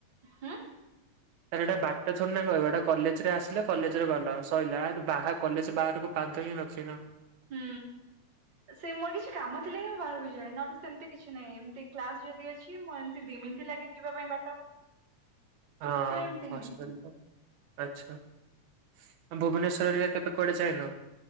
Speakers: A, on the right; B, on the right.
A: ହୁଁ?
B: ଆରେ ଏଇଟା ବାଟ ଥଡିନା କହିବ। ଏଟା କଲେଜ୍ ରେ ଆସିଲ କଲେଜ୍ ରେ ଗଲ ସଇଲା। ଆ, <unintelligible> ବାହା କଲେଜ୍ ବାହାରକୁ ଆଉ ତ କେହି ରଖିନ?
A: ହୁଁ। ଏ ସେ ମୋର କିଛି କାମ ଥିଲେ ହିଁ ମୁଁ ବାହାରକୁ ଯାଏ। ନହେଲେ ସେମିତି କିଛି ନାହିଁ। ଏମିତି କ୍ଲାସ୍ ଯଦି ଅଛି ମୁଁ ଏମତି ଦି ମିନିଟ୍ ଲାଗେ ଯିବା ପାଇଁ ବାଟ।
B: ହଁ
A: ତ ଏମିତି
B: ହଷ୍ଟେଲ
A: ହିଁ
B: ତ ଆଛା। ଭୁବନେଶ୍ୱର ଏରା କେବେେ କୁଆଡ଼େ ଯାଇନ?